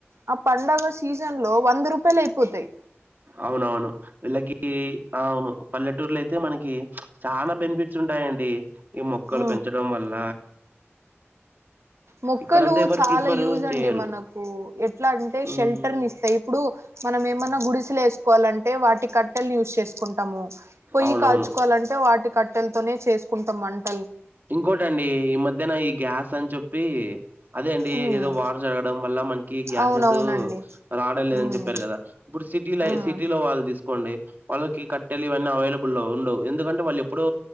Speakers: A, on the right; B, on the right.
A: ఆ పడుగ సీజన్ లో వంద రూపాయలు అయిపోతాయి
B: అవునవును వీళ్ళకి అవును పల్లెటూర్లో అయితే మనకి చాలా బెనిఫిట్స్ ఉంటాయండి ఈ మొక్కలు
A: ఆ
B: పెంచడం వల్ల
A: మొక్కలు
B: ఇక్కడంతా ఎవరు
A: చాలా
B: ప్రిఫర్
A: యూజ
B: చేయరు
A: అండి మనకు ఎ ఎట్లా అంటే
B: ఉమ్,
A: షెల్టర్ ని ఇస్తాయి ఇప్పుడు మనం ఏమన్నా గుడిసలు వేసుకోవాలంటే వాటి క కట్టెలు యూజ్ చేసుకుంటాము పొయ్యి
B: అవునవును
A: కాల్చుకోవాలంటే వాటి కట్టెలతోనే చేసుకుంటాం అంట
B: ఇంకోటండి ఈ మధ్యన ఈ గ్యాస్ అని చెప్పి అదే అండి
A: ఉమ్
B: ఏదో వాటర్ జరగడం వల్ల మనకి గ్యాసెస్
A: అవునవునండి
B: రాడం లేదని
A: ఉమ్
B: చెప్పారు కదా సిటీల
A: ఉమ్
B: సిటీలో వాళ్ళు తీసుకోండి వాళ్ళకి కట్టెలు ఇవన్నీ అవైలబుల్ ఉండవు ఎందుకంటే వాళ్ళు ఎప్పుడూ